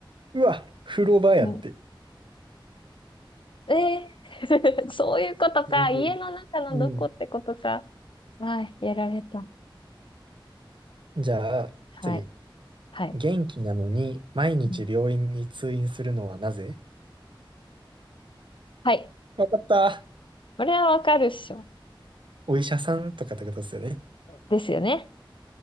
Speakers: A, on the right; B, on the left.
A: うわ、風呂場やって。
B: うんええ <laughs> そういうことか。
A: うん
B: 家の中のどこってことか。
A: うん。
B: はい、やられた。
A: じゃあ、
B: はい、
A: 次。
B: はい。
A: 元気なのに毎日病院に通院するのはなぜ
B: うんはい。
A: わかった。
B: これはわかるっしょ。
A: お医者さんとかってことですよね。
B: ですよね。